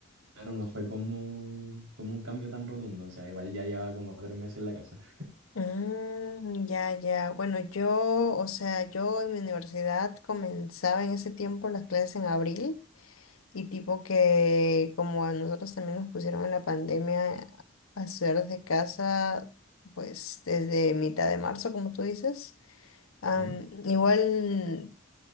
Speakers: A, on the right; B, on the left.
A: claro, no fue como, como un cambio tan rotundo, o sea, igual ya llevaba como tres meses en la casa.
B: Mm, ya, ya. Bueno, yo, o sea, yo en mi universidad comenzaba en ese tiempo las clases en abril y tipo que como a nosotros también nos pusieron en la pandemia a estudiar desde casa, pues desde mitad de marzo, como tú dices.
A: <laughs>
B: am,
A: ¿Mm?
B: igual